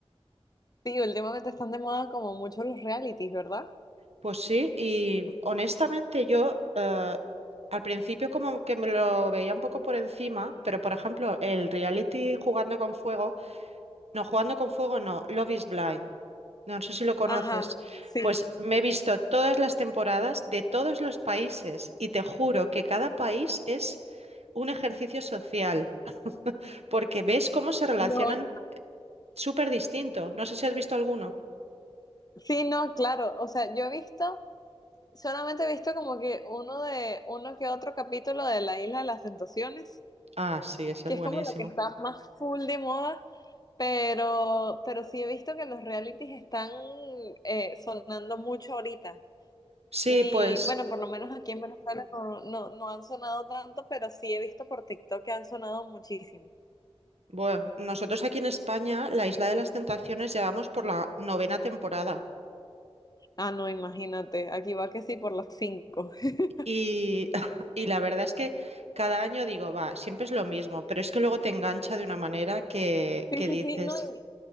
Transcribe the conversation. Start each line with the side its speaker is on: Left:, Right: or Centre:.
Left: sí, últimamente están de moda como mucho los realities, ¿verdad?
Right: Pues sí, y honestamente yo eh, al principio como que me lo veía un poco por encima, pero por ejemplo el reality Jugando con Fuego, no, Jugando con Fuego no, Love is Blind, no sé si lo conoces,
Left: Ajá, sí.
Right: pues me he visto todas las temporadas de todos los países y te juro que cada país es un ejercicio social, porque ves cómo se relacionan
Left: No,
Right: súper distinto, no sé si has visto alguno.
Left: sí, no, claro. O sea, yo he visto, solamente he visto como que uno de, uno que otro capítulo de La Isla de las Tentaciones,
Right: Ah, sí, ese
Left: que
Right: es buenísimo.
Left: es como lo que está más full de moda, pero, pero sí he visto que los realities están eh, sonando mucho ahorita.
Right: Sí,
Left: Y
Right: pues...
Left: bueno, por lo menos aquí en Venezuela no, no, no han sonado tanto, pero sí he visto por TikTok que han sonado muchísimo.
Right: Bueno, nosotros aquí en España, la Isla de las Tentaciones, llevamos por la novena temporada
Left: Ah, no, imagínate, aquí va que sí por las cinco. <laughs>
Right: y, <laughs> y la verdad es que cada año digo, va, siempre es lo mismo, pero es que luego te engancha de una manera que,
Left: Sí,
Right: que
Left: sí,
Right: dices,
Left: sí, no, y,